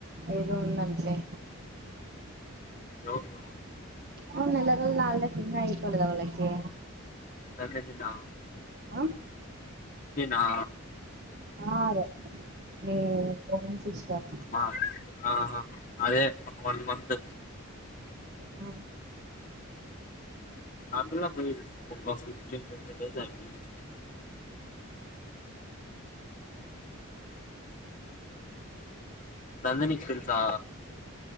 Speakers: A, on the right; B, on the left.
A: ఏదో ఉందంట్లే
B: ఎవదు
A: అవును నెల రోజులు హాలిడేస్ ఇంగా అయిపోలేదా వాళ్ళకి
B: నదిదీన్న
A: ఆ
B: ఆ
A: ఆరు మీ ఓన్ సిస్టర్
B: మా ఆ అదే వన్ మంత్
A: ఆ
B: ఆపిల్ల పోయి ఒక ఫిఫ్టీన్ ట్వంటీ డేస్ అయిపేయింది నందని కి తెల్సా